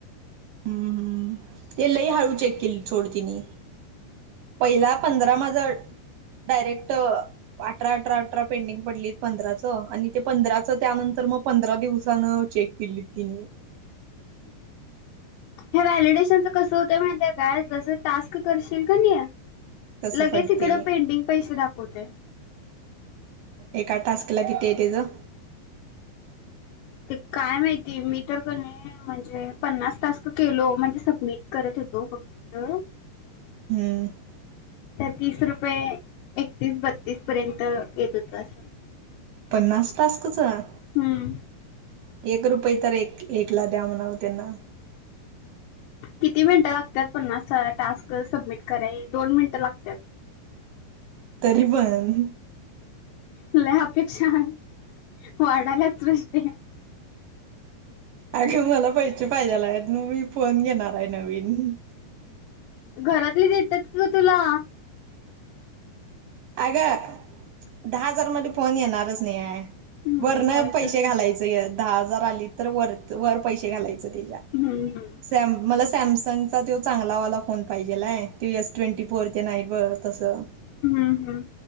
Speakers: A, on the right (about 75°); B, on the left (about 85°).
A: हम्म हम्म ते लई हळू चेक केलीत सोड त्यांनी पहिला पंधरा माझं डायरेक्ट अठरा अठरा अठरा पेंडिंग पडली पंधराचं आणि ते पंधराचं त्यानंतर मग पंधरा दिवसान चेक केलीत तिन्ही <unintelligible>
B: हे व्हॅलिडेशनच कसं होत माहितीे काय जसं टास्क करशील कणी
A: तसं
B: लगेच
A: पडते.
B: इकड पेंडीग पैसे दाखवतंय
A: एका टास्कला किती आहेे तेच
B: ते काय माहिती मी तर केलो म्हणजे पन्नास तास केलो म्हणजे सबमिट करत होेतो फक्त ह्म <unintelligible>
A: हम्म
B: तर तीस रुपये एकतीस बत्तीस पर्यंत येत होतो असं-‌-
A: पन्नास टास्कचं?
B: हम्म
A: एक रुपये तर एक एकला द्या म्हणाव त्यांना
B: किती मिनिटं लागतात पन्नास सा टास्क सबमिट करा दोन मिनिटं लागतात
A: तरी पण
B: लई अपेक्षा ह् वाढाल्यात सुष्टी
A: अगं मला पैसे पाहिजेल आहे मी फोन घेणार आहे नवीन
B: घरातली देतात की ग तुला
A: अगं दहा हजार मध्ये फोन येणारच नाही आहे,
B: हम्म,
A: वरन
B: होय
A: पैसे
B: तर
A: घालायचं दहा हजार आली तर वर वर पैसे घालायचं तेच्या
B: हम् ह
A: सॅम मला सॅमसंगचा तो चांगला वाला फोन पाहिजेलाय त एस ट्वेंटी फोर तेण आहेत बघं तसं
B: हम्म हम्म